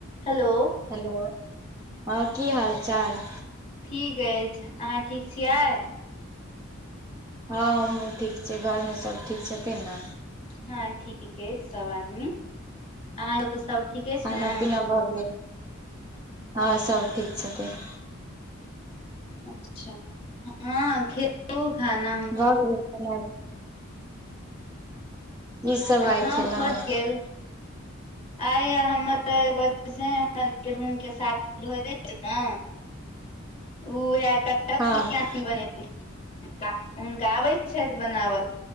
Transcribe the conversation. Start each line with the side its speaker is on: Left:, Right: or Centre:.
Left: Hello
Right: hello हँ कि हाल चाल
Left: ठीक अछि आहाँ ठीक छियै
Right: हँ हमहूँ ठीक छियै घर में सब ठीक छथिन न
Left: हँ ठीक अछि सब आदमी अहाँके ओत सब ठीक अछि
Right: खाना
Left: ने
Right: पीना भऽ गेल, हँ सब ठीक छथिन
Left: अच्छा हँ खेत ओ खाना
Right: भ गेलै खैनाय की सब आइ
Left: हा
Right: खेलहुँ
Left: भ गेल आय हमर रूम के साथी कियो नै छै न ओ वे <unintelligible>
Right: हँ
Left: बनेल हुनका आबै छै छैथ बनाबऽ